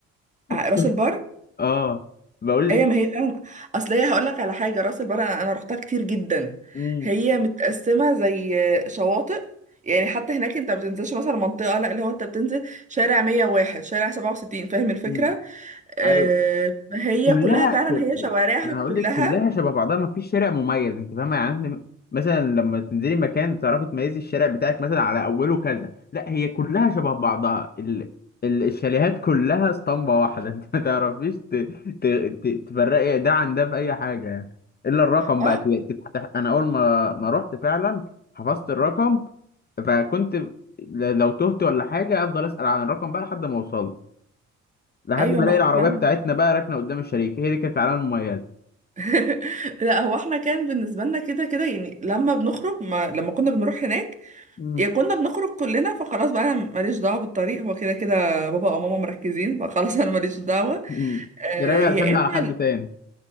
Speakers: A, on the left (about 30°); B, on the right (about 25°).
A: <laughs>
B: راس البر
A: اه بقول
B: هي
A: لك
B: ما هي فعلا اصل هي هقول لك على حاجه راس البر انا أنا رحتها كتير جدا
A: امم
B: هي متقسمه زي شواطئ يعني حتى هناك انت ما بتنزلش مثلا منطقه لا اللي هو انت بتنزل شارع 101 شارع 67 فاهم الفكره
A: امم
B: آه
A: ايوه
B: فهي
A: كلها
B: كلها فعلا
A: كل
B: هي شوارعها
A: انا هقول
B: كلها
A: لك كلها شبه بعضها ما فيش شارع مميز انت فاهمه يعني إحنا مثلا لما تنزلي مكان تعرفي تميزي الشارع بتاعك مثلا على اوله كذا لا هي كلها شبه بعضها ال... ال... الشاليهات كلها اسطمبه واحده <laughs> انت ما تعرفيش ت... ت... ت... تفرقي ده عن ده في اي حاجه يعني الا الرقم
B: اه
A: بقى ت... تفتح انا اول ما ما رحت فعلا حفظت الرقم فكنت ل- لو تهت ولا حاجه افضل اسال عن الرقم بقى لحد ما اوصل لحد
B: ايوه
A: ما
B: ما
A: الاقي
B: احنا
A: العربيه
B: فعلا
A: بتاعتنا بقى راكنه قدام الشريك هي دي كانت العلامه المميزه
B: <laughs> لا هو احنا كان بالنسبه لنا كده كده يعني لما بنخرج ما لما كنا بنروح هناك
A: مم.
B: يا كنا بنخرج كلنا فخلاص بقى انا ماليش دعوه بالطريق هو كده كده بابا او ماما مركزين فخلاص انا ماليش دعوه
A: مم.
B: آه،
A: ده رامي
B: يا
A: الحمل على حد
B: اما
A: تاني